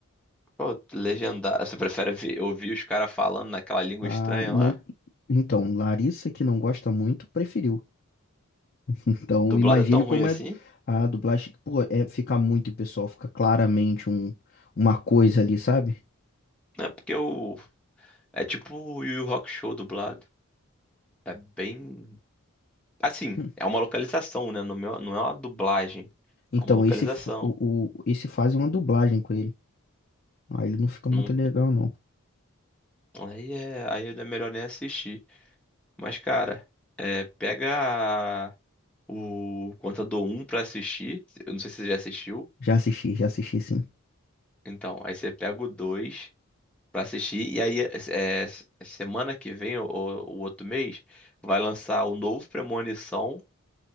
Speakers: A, in the centre; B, on the left.
A: Pô, legendar. Você prefere ver- ouvir os caras falando naquela língua
B: Ah,
A: estranha
B: não.
A: lá?
B: Então, Larissa que não gosta muito, preferiu. Então,
A: Dublado
B: imagine
A: é tão ruim
B: como
A: assim,
B: é a dublagem, pô, é, fica muito pessoal, fica claramente um, uma coisa ali, sabe?
A: né? Porque o. É tipo o Yu Yu Show dublado. É bem. Assim,
B: <laughs>
A: é uma localização, né? Não é não é uma dublagem.
B: Então,
A: É uma localização.
B: esse, fa- o, o- esse faz uma dublagem com ele. Ah, ele não fica muito
A: Não-
B: legal, não.
A: aí é, aí é melhor nem assistir. Mas, cara, é, pega o Contador um pra assistir. Eu não sei se você já assistiu.
B: Já assisti, já assisti, sim.
A: Então, aí você pega o 2 pra assistir. E aí, é, é, é semana que vem, ou ou o outro mês, vai lançar o novo Premonição.